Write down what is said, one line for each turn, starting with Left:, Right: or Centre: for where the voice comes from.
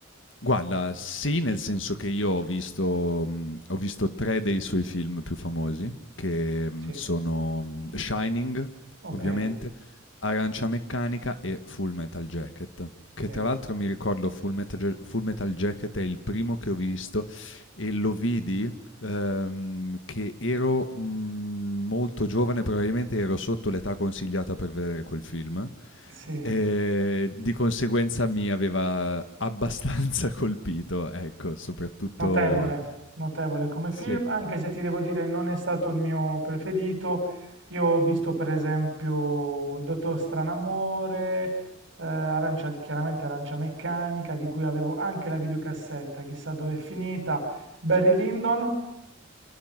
Left: Guarda, sì, nel senso che io ho visto mhmm, ho visto 3 dei suoi film più famosi, che, mhmm,
Right: Sì,
Left: sono, mhmm, Shining,
Right: ok,
Left: ovviamente, Arancia Meccanica e Full Metal Jacket, che
Right: bene.
Left: tra l'altro mi ricordo Full Metal Ja Full Metal Jacket è il primo che ho visto e lo vidi, ehm, che ero, mhmm, molto giovane, probabilmente ero sotto l'età consigliata per vedere quel film
Right: Sì,
Left: Ehm, di conseguenza mi aveva abbastanza <laughs> colpito, ecco, soprattutto
Right: notevole, notevole come film,
Left: sì,
Right: anche se ti devo dire non è stato il mio preferito. Io ho visto per esempio Il Dottor Stranamore, eh, Arancia, chiaramente Arancia Meccanica, di cui avevo anche la videocassetta, chissà dove è finita. Barry Lyndon.